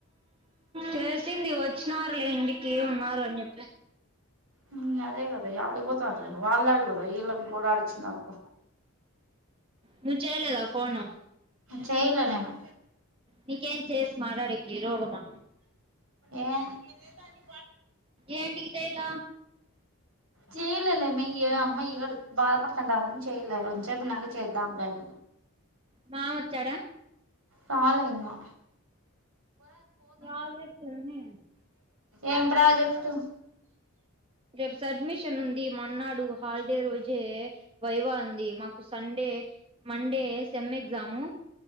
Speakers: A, on the right; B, on the right.
A: చేసింది వచ్చినారులే ఇంటికి ఉన్నారు అని చెప్పి
B: హ్మ్ అదే కదా యాడికి పోత్ ర్రు వాళ్ళలాడిపోద ఇళ్ళం కూడాడ అడిచ నాకు
A: నువ్వు చేయలేదా ఫోను
B: చేయలే నేను
A: నీకేం చేసి మాట్లాడేకి రోగమా
B: ఏమైం ఏదనికి
A: ఏంటి గట్టయిలా
B: చేయలేలేమే ఏ అమ్ ఏడు త్ బాధపడుతుండా దని చేయలే ఆ రోజు రేపు నాకు చేద్దాంలేని
A: బావ వచ్చాడా
B: రాలే ఇంగా
A: ప్రాజెక్ట్ ఉంది
B: ఏం ప్రాజెక్టు
A: రేప్ సడ్మిషన్ ఉంది మొన్నాడు హాలిడే రోజే వైవా ఉంది మాకు సండే మండే సెమ్ ఎగ్జాము